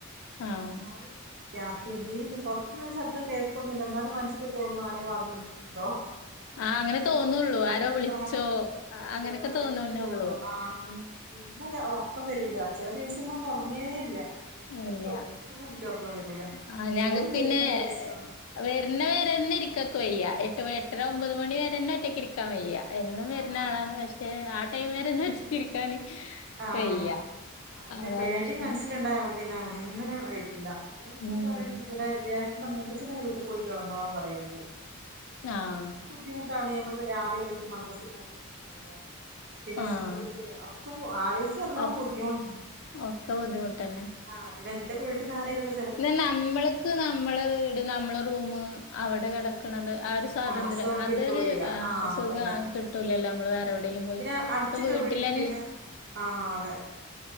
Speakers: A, on the left (about 70°); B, on the right (about 55°).
A: ആഹ്
B: എന്നാലും രാത്രി എന്തേലും പൊറത്തുന്ന ശബ്ദം കേൾക്കൊന്നില്ല എന്നാലും മനസ്സക്ക് തോന്നും ആരേ വാതില് മുട്ടുന്നുണ്ടോ
A: ആഹ് അങ്ങനെ തോന്നുള്ളു
B: ഓരോ
A: ആരോ വിളിച്ചോ
B: ആഹ് വിളിച്ചോ
A: അങ്ങനൊക്കെ
B: അങ്ങനെയൊക്കെ
A: തോന്നുന്നേള്ളൂ
B: തോന്നും ആഹ്
A: ഉം
B: പിന്നെ ഉറക്കം വരൂല ചില ദിവസങ്ങളൊന്നും ഉറങ്ങേ ഇല്ല നേരെ
A: ഇല്ല
B: കുറച്ച കൂടെ എനക്ക് ഉറക്കം വരൂല
A: ആഹ് ഞങ്ങക്ക്
B: ഓല് വരുന്ന
A: പിന്നെ
B: ദിവസവാ
A: വരുന്ന വര ഇരിക്കൊക്ക് വയ്യാ എട്ട് മ എട്ടര
B: ആഹ്
A: ഒമ്പത് മണി വരെന്നെ ഒറ്റയ്ക്ക് ഇരിക്കാൻ വയ്യാ എന്നും വരുന്ന
B: ആഹ്
A: ആളാണ് പക്ഷെ ആ ടൈവരെട്ടിച്ചിരിക്കാന്
B: ആഹ്
A: വയ്യ
B: അവനെ
A: അതാ
B: പേടി
A: പ്രശ്നം
B: മനസ്സിലുണ്ടായ പിന്നെ ഒന്നിനും വഴക്കില്ല അന്നേരം എന്നോട്
A: ഉം
B: പറയ പിന്നെ ജേഷ്ഠന്റെ മൂത്തച്ഛന്റെ വീട്ടി പോയി കിടന്നോളാൻ പറയലുണ്ട്
A: ആഹ്
B: ബുദ്ധിമുട്ടാണേ നമ്മളിപ്പോ രാവിലെ അവർക്ക് മദ്രസെ പോക പോര പിന്നെ
A: ആഹ്
B: സ്കൂളുക്കെ ഒക്കെ ആലോജിച്ച എല്ലാം
A: ഒ
B: ബുദ്ധിമുട്
A: ഒക്കെ ബുദ്ധിമുട്ടന്നെ
B: ആഹ് പിന്നെ എന്റെ വീട്ടന്നാരേലുക്കെ
A: പിന്ന നമ്മൾക്ക് നമ്മളെ വീട് നമ്മളെ റൂം അവിടെ കിടക്കണത് ആഹ് ഒരു സ്വാതന്ത്ര്യം
B: അസുഖം
A: അതൊരു
B: കിട്ടൂല്ല
A: ആഹ് സുഖം
B: അതന്നെ
A: കിട്ടൂലല്ലോ നമ്മള് വേ എവിടെേലും പോയി
B: പിന്നെ അടച്ചിട്ട
A: അപ്പൊ വീട്ടിലന്നെ
B: വീട്ടില് പിന്നെ ആഹ് അതെ